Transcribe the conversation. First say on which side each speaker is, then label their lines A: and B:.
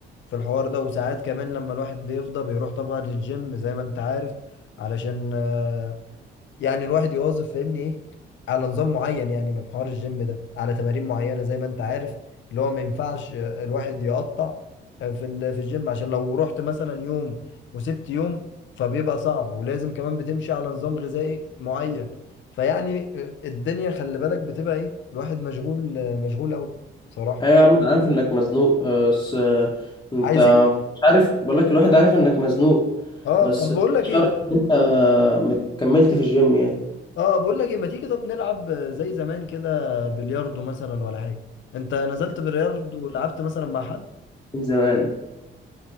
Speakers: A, on the left; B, on the left.
A: في الحوار ده وساعات كمان لما الواحد بيفضى بيروح طبعا للجيم زي ما أنت عارف علشان آه، يعني الواحد يواظب فاهمني ايه على نظام معين يعني من حوار الجيم ده على تمارين معينة زي ما انت عارف اللي هو ما ينفعش آه، الواحد يقطع آه، في ال- في الجيم عشان لو رحت مثلا يوم وسبت يوم فبيبقى صعب ولازم كمان بتمشي على نظام غذائي معين فيعني آه، الدنيا خلي بالك بتبقى ايه الواحد مشغول آه، مشغول قوي بصراحة
B: ايوه يا عم انا عارف انك مزنوق آه، بس آه، انت
A: عايزين
B: مش عارف بقول لك الواحد عارف انك مزنوق
A: اه
B: بس
A: طب بقول لك
B: مش
A: ايه
B: عارف ان انت مكملت في الجيم يعني
A: اه بقول لك ايه ما تيجي طب نلعب زي زمان كده بلياردو مثلا ولا حاجه انت نزلت بلياردو لعبت مثلا مع حد
B: من زمان